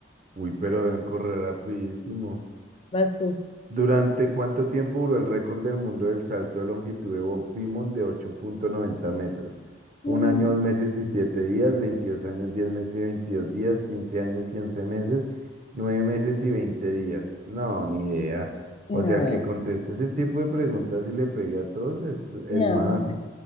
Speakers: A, on the right; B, on the left.
A: Uy, pero deben correr rapidísimo.
B: Vas tú.
A: ¿Durante cuánto tiempo duró el récord del mundo del salto de longitud de Bob Beamon de ocho punto noventa metros? Un
B: Mm,
A: año, dos meses y siete días, veintidós años, diez meses y veintidós días, quince años y once meses, nueve meses y veinte días. No, ni idea.
B: No,
A: O sea, el que conteste ese tipo de preguntas y le pegue a todos es el
B: no,
A: más.
B: no.